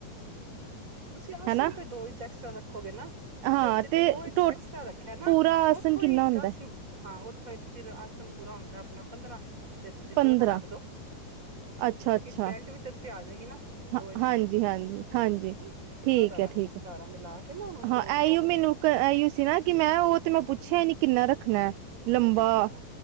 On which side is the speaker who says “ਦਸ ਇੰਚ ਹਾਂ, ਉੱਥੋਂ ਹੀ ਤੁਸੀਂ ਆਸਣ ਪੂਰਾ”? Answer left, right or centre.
Right